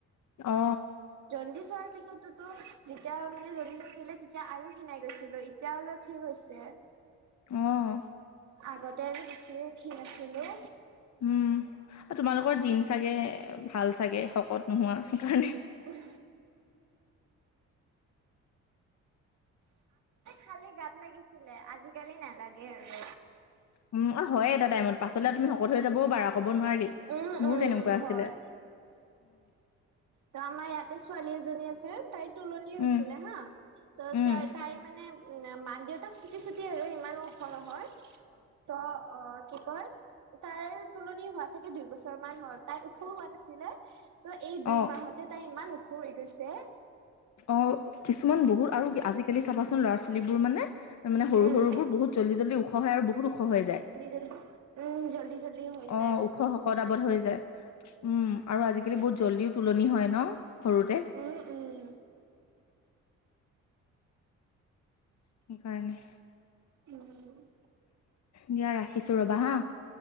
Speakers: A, on the left; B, on the right.
A: অ।
B: জণ্ডি চ হোৱাৰ পিছতোতো যেতিয়া মানে জডি চ আছিলে তেতিয়া আৰু খিনাই গৈছিলো এতিয়া অলপ ঠিক আছে।
A: অহ।
B: আগতে আৰু বেছি খীন আছিলোঁ।
A: উম আৰু তোমালোকৰ জিন চাগে ভাল চাগে শকত নোহোৱা সেইকাৰণে
B: উম। খালে গাত লাগিছিলে আজিকালি নালাগে আৰু
A: উম অ হয় এটা টাইমত পাছলে তুমি শকত হৈ যাব বাৰ আক
B: উম
A: মোৰো
B: উম
A: তেনেকুৱা আছিলে।
B: হয় ত' আমাৰ ইয়াতে ছোৱালী এজনী আছে তাইৰ তোলনি হৈছিলে
A: উম,
B: হা ত'
A: উম,
B: তাই তাইৰ মানে উম মাক দেউতাক চুটি চুটি আৰু ইমানো ওখ নহৈ অ কি কয় তাইৰ তুলনি হোৱা চাগে দুইবছৰ মান হল তাই ওখো হোৱা নাছিলে। ত এই দুই
A: অ',
B: মাহতে তাই ইমান ওখ হৈ গৈছে।
A: অ কিছুমান বহুত আৰু আজি কালি খেলি সৰু লৰা ছোৱালীবোৰ মানে মানে সৰু
B: উম
A: সৰু বোৰ বহুত জল্দি জল্দি ওখ হয় আৰু বহুত ওখ হৈ যায়
B: জল্দি জল্দি উম জল্দি জল্দি হৈ যায়
A: অ ওখ শক দাবত হৈ যায়। উম আৰু আজিকালি বহুত জল্দিও তুলনি হয় ন সৰুতে।
B: উম উম
A: সেইকাৰণে
B: উম।
A: দিয়া ৰাখিছো ৰবা হা।